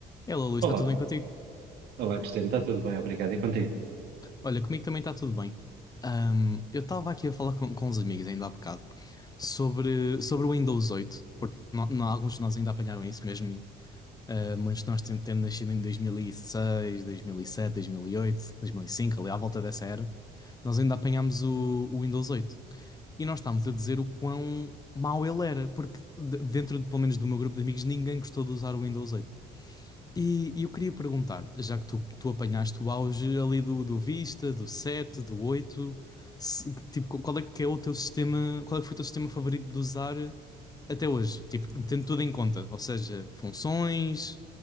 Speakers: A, on the left; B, on the right.
A: Hello, Luís,
B: Olá,
A: está tudo bem contigo?
B: olá Cristiano, está tudo bem, obrigado. E contigo?
A: Olha, comigo também está tudo bem. Ahm, eu estava aqui a falar com, com os amigos ainda há bocado sobre, sobre o Windows 8, porque no- no- alguns de nós ainda apanharam isso mesmo, ah, muitos de nós tendo tendo nascido em 2006, 2007, 2008, 2005, ali à volta dessa era, nós ainda apanhámos o, o Windows 8. E nós estávamos a dizer o quão mau ele era, porque de- dentro, de- pelo menos do meu grupo de amigos, ninguém gostou de usar o Windows 8. E, e eu queria perguntar, já que tu, tu apanhaste o auge ali do, do Vista, do sete do oito se- tipo, qual é que é o teu sistema, qual é que foi o teu sistema favorito de usar eh, até hoje? Tipo, tendo tudo em conta, ou seja, funções,